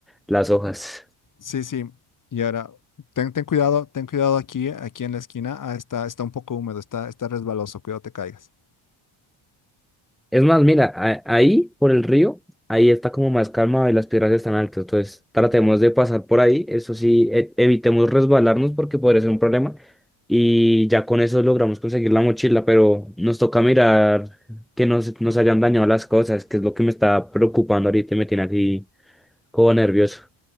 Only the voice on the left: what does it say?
Sí, sí. Y ahora, ten, ten cuidado, ten cuidado aquí, aquí en la esquina. Ah, está, está un poco húmedo, está, está resbaloso, cuidado te caigas.